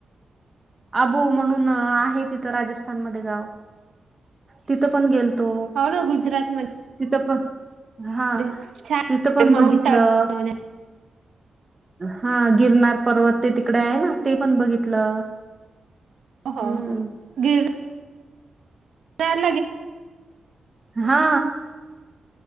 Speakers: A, on the right; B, on the right.
A: अबू म्हणून आहे तिथं राजस्थानमध्ये गाव. तिथं पण गेलतो
B: हो ना
A: तिथं
B: गुजरात म
A: प हा
B: छान
A: तिथं पण
B: माउंट
A: बघितलं.
B: आबू
A: हा गिरनार पर्वत ते तिकडे आय ना ते पण बघितलं.
B: हा
A: हम्म
B: गीर तयार
A: हा.